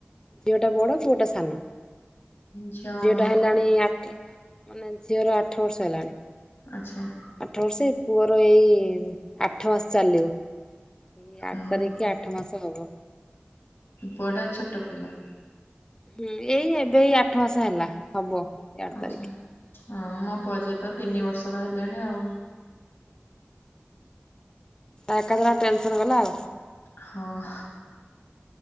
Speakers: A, on the left; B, on the left.
A: ଝିଅଟା ବଡ ପୁଅଟା ସାନ
B: ଝିଅଙ୍କୁ
A: ଝିଅଟା ହେଲାଣି ଆ ମାନେ ଝିଅର ଆଠ ବର୍ଷ ହେଲାଣି
B: ଆଛା
A: ଆଠ ବର୍ଷ ଏଇ ପୁଅର ଏଇ ଆଠ ମାସ ଚାଲିବ ଏଇ
B: ହୁଁ
A: ଆଠ ତାରିଖ କି ଆଠ ମାସ ହବ
B: ପୁଅ ଟା ଛୋଟ ପିଲା
A: ହୁଁ ଏଇ ଏବେ ଆଠ ମାସ ହେଲା ହବ ଏଇ ଆଠ
B: ଆଛା
A: ତାରିଖ
B: ହଁ ମୋ ପୁଜ ତ ତିନି ବର୍ଷର ହେଲେଣି ଆଉ
A: ଏକା ଥର ଟେନସନ ଗଲା ଆଉ
B: ହଁ